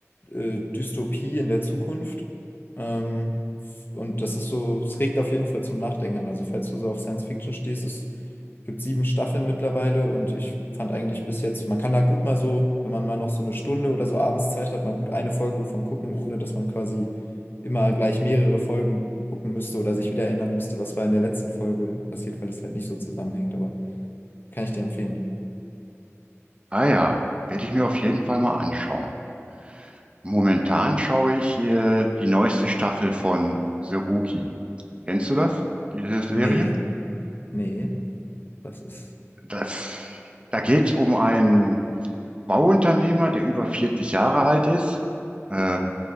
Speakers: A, on the left; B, on the right.
A: äh, Dystopie in der Zukunft. Ähm, f- und das ist so, es regt auf jeden Fall zum Nachdenken an. Also falls du so auf Science Fiction stehst, ist Gibt sieben Staffeln mittlerweile und ich fand eigentlich bis jetzt, man kann da gut mal so, wenn man mal noch so eine Stunde oder so abends Zeit hat, mal gut eine Folge von gucken, ohne dass man quasi immer gleich mehrere Folgen gucken müsste oder sich wieder erinnern müsste, was war in der letzten Folge passiert, weil das halt nicht so zusammenhängt. Aber kann ich dir empfehlen.
B: ah ja, werde ich mir auf jeden Fall mal anschauen. Momentan schaue ich hier die neueste Staffel von The Rookie. Kennst du das? Diese Serie?
A: Nee, nee, das ist.
B: Das, da geht's um einen Bauunternehmer, der über 40 Jahre alt ist, äh,